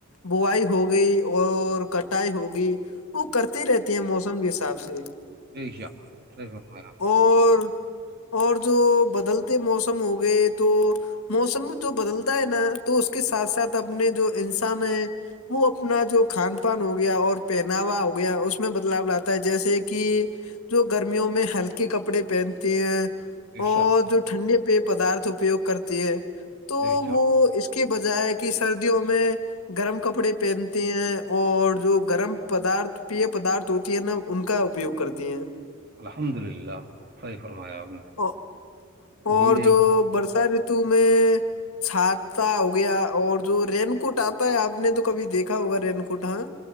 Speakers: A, on the left; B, on the right.
A: بووائی ہو گئی اور کٹائی ہوگی وہ کرتی رہتی ہے موسم کے حساب سے
B: جیش آپ کرم
A: اور اور جو بدلتے موسم ہو گئے تو موسم جو بدلتا ہے نا تو اس کے ساتھ ساتھ اپنے جو انسان ہیں وہ اپنا جو کھان پان ہو گیا اور پہناوا ہو گیا اس میں بدلاؤ لاتا ہے جیسے کہ جو گرمیوں میں ہلکے کپڑے پہنتے ہیں
B: بے
A: اور
B: شک
A: جو ٹھنڈے پی پدارت اپیوگ کرتی ہے تو
B: بے شک
A: وہ اس کے بجائے کہ سردیوں میں گرم کپڑے پہنتی ہیں اور جو گرم پدارت پیے پدارتھ ہوتی ہے نا ان کا اپیوگ کرتی ہیں
B: الحمد للہ صحیح فرمایا آپ نے
A: ہیں اور
B: جی دیکھ
A: جو برسا ریتو میں چھاتتا ہو گیا اور جو رین کوٹ آتا ہے آپ نے تو کبھی دیکھا ہوگا رین کوٹ ہاں